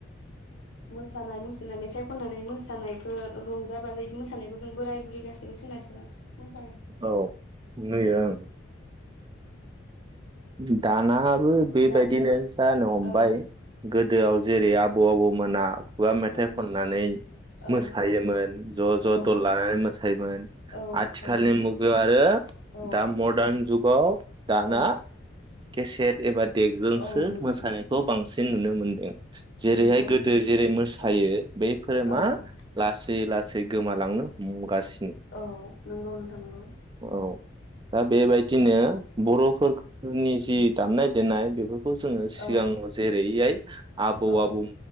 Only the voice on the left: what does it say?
मोसानाय मुसुरनाय मेथाइ खननानै मोसानायखो रंजा बाजायै बिदि मोसानायखो जों बोराय बुरै गासैबो सेंग्रा सिख्ला मोसा
दा
औ
उम
औ
औ
औ
औ
औ नोंथां
औ
औ
औ नंगौ
नंगौ
नोंथां नंगौ
औ
औ
औ नोंगौ नोंथां नोंगौ
औ
औ